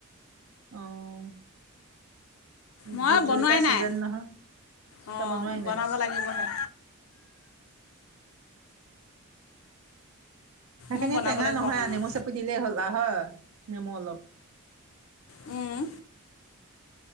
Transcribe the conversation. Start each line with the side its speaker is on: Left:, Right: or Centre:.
Right: অ',।
Left: মই
Right: ভোট জলকীয়া
Left: বনোৱাই
Right: ছিজন
Left: নাই,
Right: নহয়
Left: অঁ',
Right: তই বনোৱাই নাই
Left: বনাব লাগিবহে।
Right: সেইখিনি
Left: মোৰ বনাব
Right: টেঙা
Left: লাগিব
Right: নহয়
Left: অকণমান
Right: আ নেমু চেপি দিলেই হ'লা হয়। নেমু অলপ।
Left: উম।